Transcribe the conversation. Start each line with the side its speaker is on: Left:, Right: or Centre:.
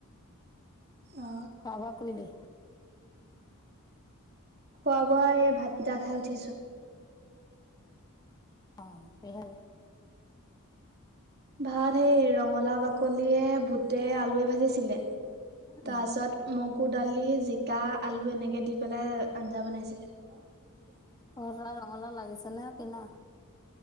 Right: অ
Left: খোৱা বোৱা কৰিলে
Right: খোৱা বোৱা এই ভাতকেইটা খাই উঠিছো
Left: অঁ স হে
Right: ভাত সেই ৰঙালাও বাকলিয়ে বুট আলুৱে ভাজিছিলে
Left: উম
Right: তাৰ পিছত মগু দালি জিকা আলু এনেকে দি পেলাই আঞ্জা বনাইছিলে উ্চ
Left: তহট ৰঙালাও লাগিছে নে কিনা